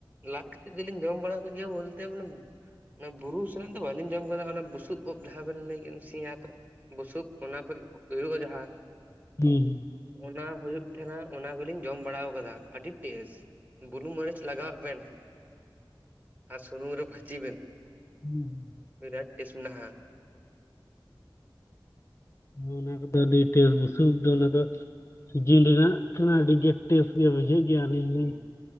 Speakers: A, on the right; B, on the left.
A: ᱞᱟᱜ ᱠᱟᱛᱮᱜ ᱫᱚᱞᱤᱧ ᱡᱚᱢ ᱵᱟᱲᱟ ᱠᱮᱫ ᱜᱮᱭᱟ, ᱵᱚᱞᱛᱮ ᱢᱟᱱᱮ ᱚᱱᱟ ᱵᱩᱨᱩ ᱥᱮᱱᱟᱜ ᱫᱚ ᱵᱟᱹᱞᱤᱧ ᱡᱚᱢ ᱠᱟᱫᱟ ᱾ ᱚᱱᱟ ᱵᱩᱥᱩᱵ ᱩᱫ ᱡᱟᱦᱟᱸ ᱵᱤᱱ ᱞᱟᱹᱭ ᱠᱮᱫ ᱥᱮᱭᱟ ᱠᱚᱜ ᱵᱩᱥᱩᱵ, ᱚᱱᱟ ᱠᱷᱚᱱ ᱦᱩᱭᱩᱜᱼᱟ ᱡᱟᱦᱟ
B: ᱦᱩᱸ ᱦᱩᱸ ᱾
A: ᱚᱱᱟ ᱦᱩᱭᱩᱜ ᱛᱟᱦᱮᱸᱱᱟ, ᱚᱱᱟ ᱠᱚᱞᱤᱧ ᱡᱚᱢ ᱵᱟᱲᱟ ᱟᱠᱟᱫᱟ ᱟᱹᱰᱤ ᱴᱮᱥᱴ ᱾ ᱵᱩᱞᱩᱝ ᱢᱟᱹᱨᱤᱪ ᱞᱟᱜᱟᱣ ᱵᱮᱱ <inaudible> ᱟᱨ ᱥᱩᱱᱩᱢ ᱨᱮ ᱵᱷᱟᱡᱤ ᱵᱮᱱ ᱾
B: ᱦᱩᱸ ᱦᱩᱸ ᱾
A: ᱵᱤᱨᱟᱴ ᱴᱮᱥ ᱢᱮᱱᱟᱜ-ᱟ ᱾
B: ᱚᱱᱟ ᱠᱚᱫᱚ ᱟᱹᱰᱤ ᱴᱮᱥᱴ ᱾ ᱵᱩᱥᱩᱵ ᱩᱫ ᱫᱚ ᱚᱱᱟ ᱫᱚ ᱥᱤᱡᱤᱱ ᱨᱮᱱᱟᱜ ᱠᱟᱱᱟ ᱟᱹᱰᱤ ᱜᱮ ᱴᱮᱥᱴ ᱜᱮᱭᱟ ᱵᱩᱡᱷᱟᱹᱜ ᱜᱮᱭᱟ ᱾ ᱟᱹᱞᱤᱧ ᱦᱚᱞᱤᱧ
A: ᱦᱩᱸ